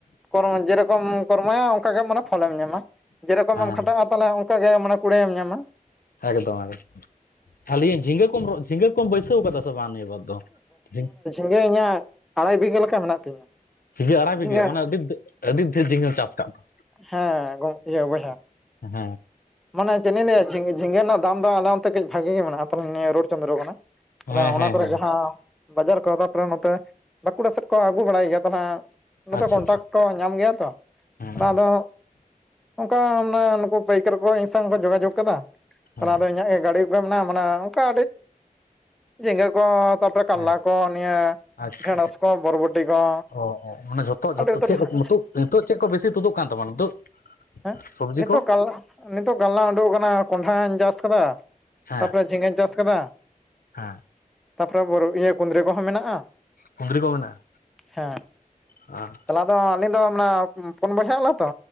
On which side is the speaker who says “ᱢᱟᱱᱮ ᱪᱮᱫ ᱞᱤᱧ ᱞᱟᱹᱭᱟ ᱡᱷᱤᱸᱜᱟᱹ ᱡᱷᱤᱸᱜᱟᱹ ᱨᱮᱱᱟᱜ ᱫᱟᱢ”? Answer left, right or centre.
Centre